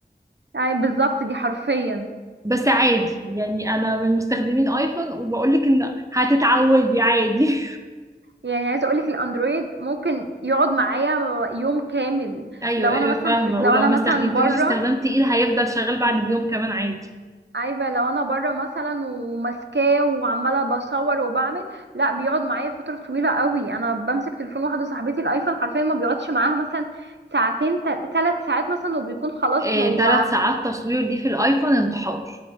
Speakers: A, on the right (about 85°); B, on the right (about 20°).
A: يعني بالظبط دي حرفيا
B: بس عادي يعني انا من مستخدمين ايفون وبقولك ان هتتعودي عادي
A: يعني عايزه اقولك الاندرويد ممكن يقعد معايا يوم كامل
B: ايوه
A: لو
B: ايوه
A: انا مثلا
B: فاهمه
A: في لو
B: ولو
A: انا
B: ما استخدمتيهوش
A: مثلا بره
B: استخدام تقيل هيفضل شغال بعد اليوم كمان عادي
A: عايبه لو انا بره مثلا وماسكاه وعماله بصور وبعمل لا بيقعد معايا فتره طويله قوي انا بمسك تليفون واحده صاحبتي الايفون حرفيا ما بيقعدش معاها مثلا ساعتين ثلاث ساعات مثلا وبيكون خلاص
B: إيه،
A: هو
B: ثلاث ساعات تصوير دي في الايفون انتحار